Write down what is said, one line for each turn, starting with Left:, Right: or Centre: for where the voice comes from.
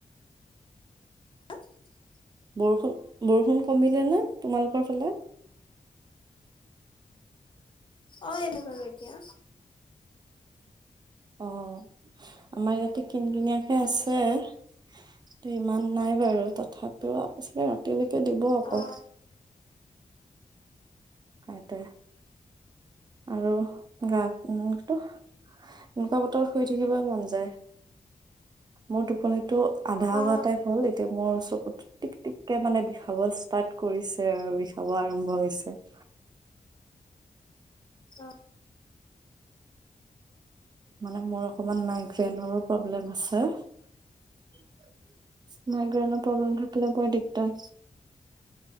Left: হা <unintelligible>
Right: বৰষুণ, বৰষুণ কমিলে নে, তোমালোকৰ ফালে?
Left: অ' এনে বাৰু এতিয়া।
Right: অঁ, আমাৰ ইয়াতে কিন কিনীয়াকে আছে <unintelligible> ইমান নাই বাৰু তথাপিও আকৌ চাগে ৰাতিলৈকে দিব আকৌ
Left: অ
Right: কইতে আৰু গা, এনেকুৱা বতৰ শুই থাকিব মন যায়, মোৰ টোপন টো আধা হোৱা
Left: অ
Right: টাইপ হ'ল, এতিয়া মোৰ টিক টিককে মানে বিষাব ষ্টাৰ্ট কৰিছে আৰু, বিষাব আৰম্ভ হৈছে। হয় <inaudible>
Left: অঁ
Right: মানে মোৰ অকমান মাইক ফেনৰো প্ৰব্লেম আছে হ ন প্ৰব্লেম থলে বৰ দিগদাৰ